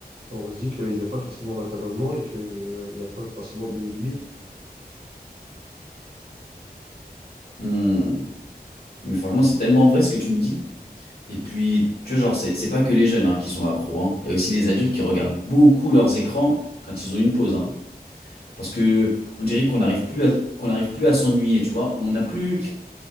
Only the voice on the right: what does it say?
on se dit qu'il n'y a pas forcément d'encadrement et que, euh, il n'y a pas forcément de limite.